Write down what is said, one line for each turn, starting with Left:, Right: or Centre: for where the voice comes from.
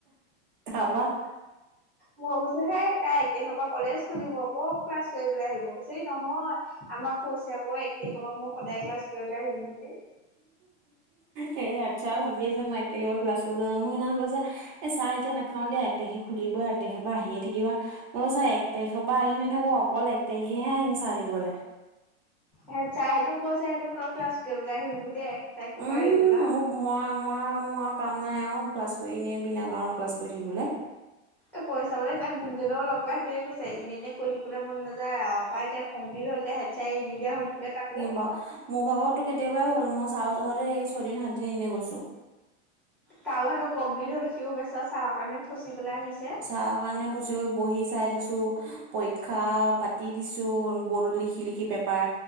Right: তাৰপৰা?
Centre: মই কৈছোঁ হেই তাই এক তাৰিখৰ পৰা কলেজ খুলিব ক' ক্লাছ কৰিবলৈ আহিব, কৈছে এ নহয় আমাক কৈছে আকৌ এক তাৰিখৰ পৰা মই সদায় ক্লাছ কৰিবলৈ আহিম বুলি।
Right: হেড চাৰে ভাবি আছে মই এক তাৰিখৰ পৰা ক্লাছ কৰিবলৈ যাম, মোক সেইদিনাখন কৈছে এ চাহ এতিয়া নাখাও দে এক তাৰিখে খুলিবই এক তাৰিখে পৰা আহিয়ে থাকিবা উম চাৰ এক তাৰিখৰ পৰা আহি নাথাকো অকল এক তাৰিখেহে আহিম চাহ দিবলৈ
Centre: হেড চাৰে হেনো কৈছে হেনো তই ক্লাছ কৰিবলৈ আহিবি বুলি এক তাৰিখৰ
Right: উম
Centre: পৰা ৰেগুলাৰ।
Right: মোক মই মই মোৰ আৰু কাম নাই আৰু ক্লাছ কৰিনে বিনা কাৰণত ক্লাছ কৰি থাকিবলৈ।
Centre: এ পইচাবলে সেইতিয়া গোণজনও লগ পায় সেতিয়ে কৈছে এনেইনেই কৈ থাকিবলৈ মন নাযায়। আৰু কৰাই এতিয়া কমপ্লট হল হেচাই এ নি দিয় হ'ল বোলে তাকো।
Right: বা মোৰ ভাগতো কেতিয়াবাই হ'ল মই ছাৰ ঘৰহেতৰ এই ছয়দিন সাতদিন এনেই গৈছোঁ।
Centre: তাৰ হেনো কমপ্লি হল সিও বেচা চাহৰ কাৰণে ফচি পেলাই আহিছে।
Right: চাহ কাৰণে ফচি গৈ বহি চাই দিছো পৰীক্ষা পাতি দিছো বৰ্ডত লিখি লিখি। কি পেপাৰ